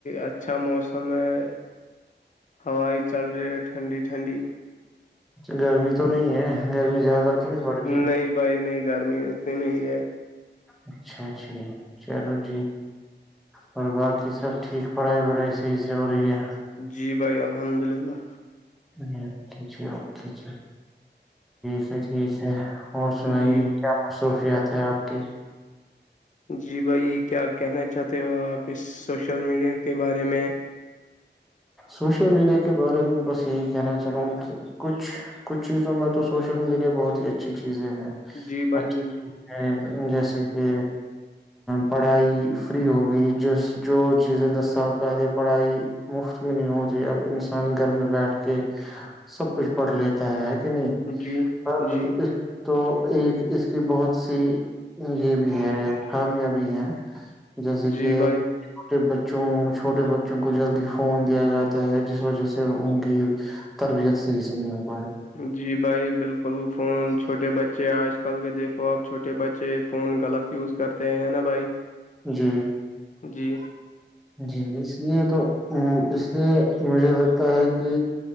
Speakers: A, on the left; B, in the centre.
A: اچھا موسم ہے ہوائی چل رہی ہے ٹھنڈی ٹھنڈی
B: اچ گرمی تو نہیں ہے گرمی زیادہ تو نہیں پڑ گی
A: نہیں بھائی نہیں گرمی اتنی نہیں ہے
B: اچھا جی چلو جی اور باقی سب ٹھیک پڑھائی وڑھائی صحیح سے ہو رہی ہے
A: جی بھائی الحمد للہ
B: اکے جی اوکے جی ٹھ ہے ٹھیک ہے اور سنائیے
A: جی
B: کیا مصروفیات ہے آپ کی
A: جی بھائی کیا کہنا چاہتے ہو آپ اس سوشل میڈیا کے بارے میں
B: سوشل میڈیا کے بارے میں بس یہی کہنا چلا ہوں کہ کچھ کچھ چیزوں میں تو سوشل میڈیا بہت ہی اچھی چیزیں ہیں
A: جی بھائی
B: اچھے
A: بالکل
B: چیز ہیں جیسے کہ پڑھائی فری ہوگئی جس جو چیزیں دس سال پہلے پڑھائی مفت میں نہیں ہوتی اب انسان گھر میں بیٹھ کے سب کچھ پڑھ لیتا ہے کہ نہیں
A: جی
B: ہاں ہاں
A: جی
B: تو ایک اس کی بہت سی یہ بھی ہے خامیاں بھی ہیں جیسے
A: جی
B: کہ
A: بھائی
B: چھوٹے بچوں چھوٹے بچوں کو جلدی ہو فون دیا جاتا ہے جس وجہ سے ان کی تربیعت صحیح سے نہیں ہوتی
A: جی بھائی بالکل بلو فون چھوٹے بچے آج کل کے دیکھو آپ چھوٹے بچے فون غلط یوز کرتے ہیں نا بھائی
B: جی
A: جی
B: جی اس لیے تو اس لیے مجھے لگتا ہے کہ